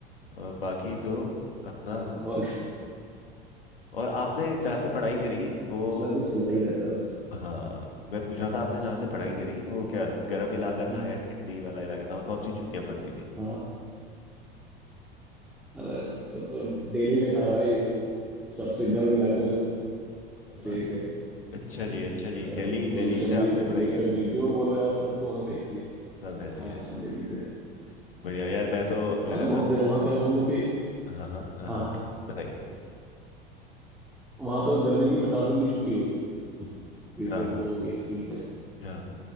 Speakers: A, on the left (about 70°); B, in the centre.
A: और बाकी तो अपना
B: हाँ और
A: और आपने जहाँ से पढ़ाई करी वो
B: कुछ ना कुछ चलता ही रहता है उसमें
A: हाँ मैं पूछ रहा था आपने जहाँ से पढ़ाई करी वो क्या गर्म इलाका
B: हम्म,
A: था या ठंडी वाला इलाका था वहाँ कौन सी छुट्टियाँ पड़ती थी
B: हाँ अरे वो तो दिल्ली में था भाई तो सबसे गर्म इलाकों में से
A: अ-
B: एक है
A: अच्छा जी अच्छा जी
B: पोल्यूशन
A: दिल्ली दिल्ली से आपने
B: भी पॉपुलेशन
A: पढ़ाई करी है
B: भी जो बोलो यार सब तो वहाँ पे ऐसी है
A: सब ऐसी
B: हाँ
A: है
B: हाँ
A: सब
B: दिल्ली से
A: बढ़िया यार मैं तो
B: हाँ
A: मैंने तो
B: बहुत गर्म वहाँ पे हम लोग की
A: हाँ हाँ हाँ
B: हाँ
A: हाँ बता-
B: हाँ
A: बताइए
B: वहाँ तो गर्मी की पचास दिन की छुट्टी होती
A: हाँ
B: थी हम लोगों के स्कूल में
A: हाँ